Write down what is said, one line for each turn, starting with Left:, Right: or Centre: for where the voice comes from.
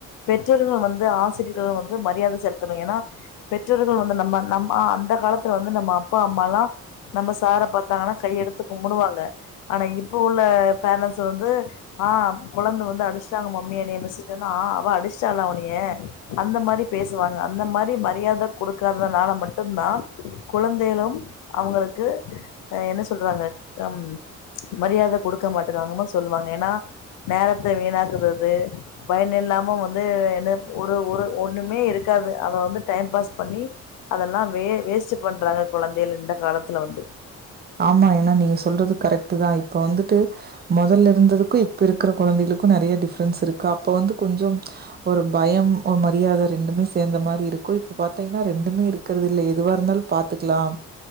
Left: பெற்றோர்கள் வந்து ஆசிரியர்கள் வந்து மரியாத செலுத்தணு ஏன்னா பெற்றோர்கள் வ ந்த நம்ம நம்மா அந்த காலத்துல வந்து நம்ம அப்பா அம்மால்லா நம்ம சார பாத்தாங்கனா கையெடுத்து கும்புடுவாங்க ஆனா இப்ப உள்ள பேரன்ட்ஸ் வந்து ஆ கொழந்த வந்து அடுச்ட்டாங்க மம்மி எனய மிஸ்ஸுன் சொன்னா அவ அடுச்ட்டாளா ஒன்னய அந்த மாரி பேசுவாங்க அந்த மாரி மரியாத குடு க்காதனால மட்டுந்தா குழந்தைளும் அவுங்களுக்கு என்ன சொல்றாங்க அம் மரியாத குடுக்க மாட்டிறாங்கனு சொல்வாங்க எனா நேரத்த வீணாக்குறது பயனில்லாம வந்து என்ன ஒரு ஒரு ஒன்னுமே இருக்காது அத வந்து டைம் பாஸ் பண்ணி அதெல்லா வே வேஸ்ட்டு பண்றாங்க கொழந்தைல இந்த காலத்துல வந்து
Right: ஆமா ஏனா நீங்க சொல்றது கரெக்ட்டு தா இப்ப வந்துட்டு மொதல்ல இருந்ததுக்கு இப்ப இருக்குற கொழந்தைகளுக்கு நெறைய டிஃப்ரென்ஸ் இருக்கு அப்ப வந்து கொஞ்சம் ஒரு பயம் ஒரு மரியாத ரெண்டுமே சேந்த மாரி இருக்கு இப்ப பாத்தீங்னா ரெண்டுமே இருக்குறதில்ல எதுவா இருந்தாலு பாத்துக்லாம்